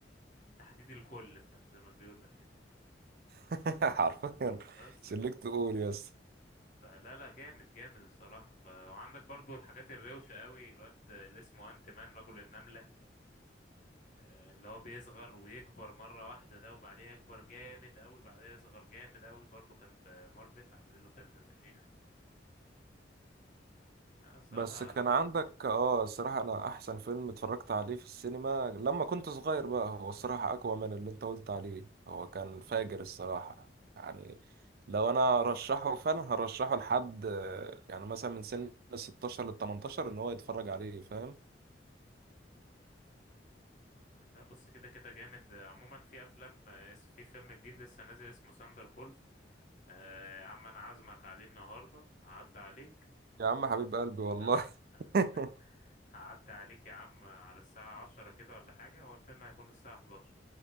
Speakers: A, on the left; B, on the right.
A: تحديد الكل فاهم زي ما بيقول لك كده
B: <laughs> حرفيا
A: بس
B: سلكت قول يس
A: فلا لا جامد جامد الصراحة ف... وعندك برضو الحاجات الروشة قوي الواد اللي اسمه انت مان رجل النملة آه، اللي هو بيصغر ويكبر مرة واحدة ده وبعديها يكبر جامد قوي بعديها يصغر جامد قوي برضو كان في مارفل عاملين له فيلم فشيخ لا لا الصراحة
B: بس كان عندك اه الصراحة انا احسن فيلم اتفرجت عليه في السينما لما كنت صغير بقى هو الصراحة اقوى من اللي انت قلت عليه هو كان فاجر الصراحة يعني لو انا رشحه فعلا هرشحه لحد آه، يعني مثلا من سن 16 ل 18 ان هو يتفرج عليه فاهم
A: لا بص كده كده جامد آه، عموما في أفلام آه، اس- في فيلم جديد لسه نازل اسمه ساندر بولت آه، يا عم أنا عازمك عليه النهاردة هعدي عليك
B: يا عم حبيب قلبي والله
A: تمام <laughs>
B: <laughs>
A: هعدي عليك يا عم على الساعة عشرة كده ولا حاجة هو الفيلم هيكون الساعة حداشر